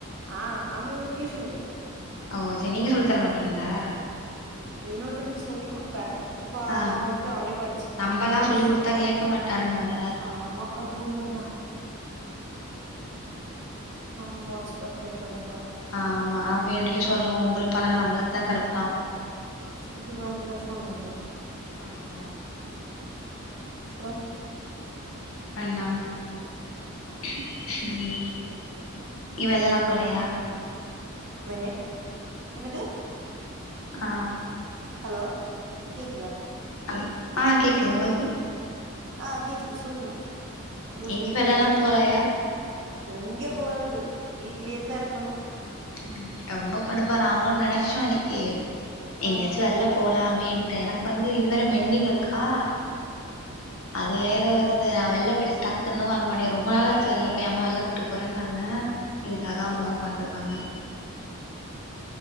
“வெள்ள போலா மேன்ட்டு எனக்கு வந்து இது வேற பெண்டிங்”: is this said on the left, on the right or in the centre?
Left